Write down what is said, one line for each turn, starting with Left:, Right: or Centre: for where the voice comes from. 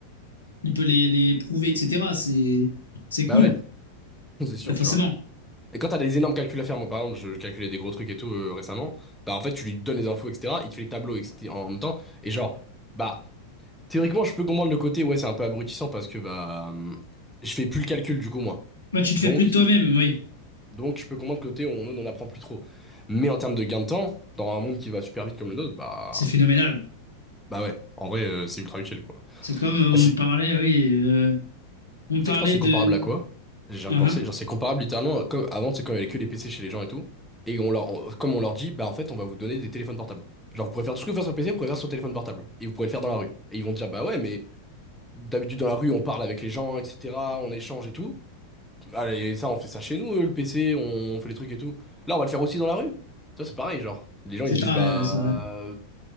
Left: il peut les, les prouver, etc. C'est, c'est cool,
Centre: Bah ouais, <laughs> c'est sûr,
Left: forcément.
Centre: tu vois. Et quand t'as des énormes calculs à faire, moi, par exemple, je, je calculais des gros trucs et tout euh, récemment, bah en fait, tu lui donnes les infos, etc., il te fait les tableaux etc., en même temps, et genre, bah. Théoriquement, je peux comprendre le côté, ouais, c'est un peu abrutissant parce que bah hum, je fais plus le calcul du coup moi.
Left: Bah, tu te
Centre: Donc,
Left: fais plus de toi-même, oui,
Centre: donc je peux comprendre le côté où on n'en apprend plus trop. Mais en termes de gain de temps, dans un monde qui va super vite comme le nôtre, bah
Left: c'est phénoménal.
Centre: bah ouais, en vrai euh, c'est ultra utile quoi.
Left: C'est comme euh,
Centre: Bah,
Left: on me
Centre: c'est,
Left: parlait,
Centre: tu
Left: oui, euh, on me parlait
Centre: sais que je pense que c'est
Left: de.
Centre: comparable à quoi? Je viens
Left: Uhum.
Centre: de penser, genre c'est comparable littéralement, comme avant c'est quand il y avait que les PC chez les gens et tout, et on leur, on- comme on leur dit, bah en fait on va vous donner des téléphones portables. Genre vous pouvez faire tout ce que vous faites sur PC, vous pouvez faire sur téléphone portable, et vous pouvez le faire dans la rue. Et ils vont dire bah ouais mais D'habitude, dans la rue, on parle avec les gens, etc. On échange et tout. Allez, ça, on fait ça chez nous, euh, le PC, on fait les trucs et tout. Là, on va le faire aussi dans la rue. Ça, c'est pareil, genre. Les gens,
Left: c'est
Centre: ils se
Left: pareil,
Centre: disent, bah.
Left: ouais, c'est vrai.